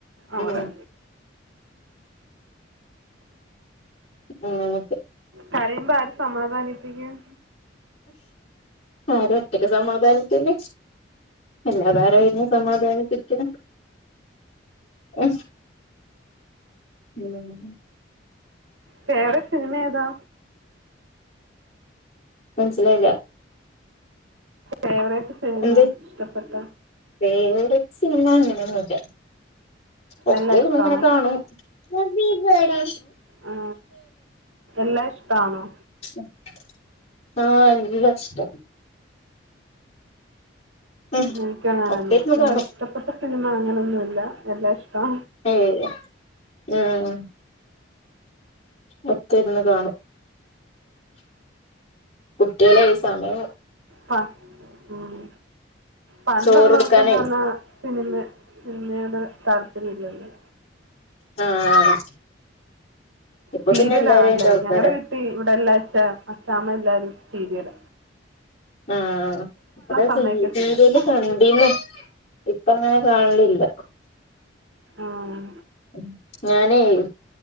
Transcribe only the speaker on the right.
അവടെ
കരയുമ്പൊ ആര് സമാധാനിപ്പിക്കും
ഫേവറേറ്റ് സിനിമ ഏതാ
ഫേവറേറ്റ് സിനിമ
ഇഷ്ടപ്പെട്ട
എല്ലാ ഇഷ്ടമാണോ
ആ, എല്ലാ ഇഷ്ടമാണോ
എനിക്കങ്ങനെയൊന്നു
ഇഷ്ടപ്പെട്ട സിനിമ അങ്ങനെയൊന്നുല്ല എല്ലാ ഇഷ്ടാ
ഹാ മ്മ് പണ്ടുള്ളവർക്ക്‌ന്ന്
പറഞ്ഞാ സിനിമ സിനിമയോട് താല്പര്യല്ലല്ലോ
സീരിയലാണല്ലേ
ഞങ്ങടെ വീട്ടി ഇവടെ എല്ലാ അച്ച അച്ച്ചാമ്മ എല്ലാരും സീരിയല
സമ്മതിക്കത്തില്ല
ആഹ്